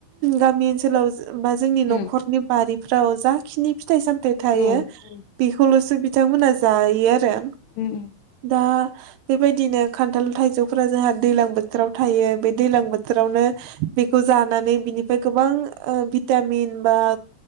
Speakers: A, on the right; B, on the left.
A: गामि ओनसोलाव बा जोंनि
B: उम
A: न'खरनि बारिफ्राव जाखिनि फिथाइ सामथायाइ थायो।
B: औ औ
A: बेखौल'सो बिथांमोना जायो आरो
B: उम
A: दा बेबायदिनो खान्थाल थाइजौफोरा जोंहा दैज्लां बो बोथोराव थायो बे दैलां बोथोरावनो बेखौ जानानै बिनिफ्राय गोबां मिन बि